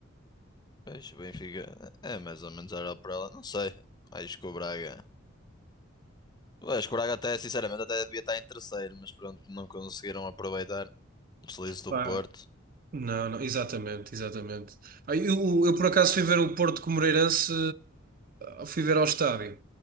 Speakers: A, on the left (about 20°); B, on the right (about 45°).
A: Pois, o Benfica é mais ou menos era para ela. Não sei. Acho que o Braga. Acho que o Braga até, sinceramente, até devia estar em terceiro, mas pronto, não conseguiram aproveitar o deslize do
B: Pá,
A: Porto.
B: Não, não, exatamente, exatamente. Ah, Eu, eu por acaso fui ver o Porto com o Moreirense, eh, fui ver ao estádio,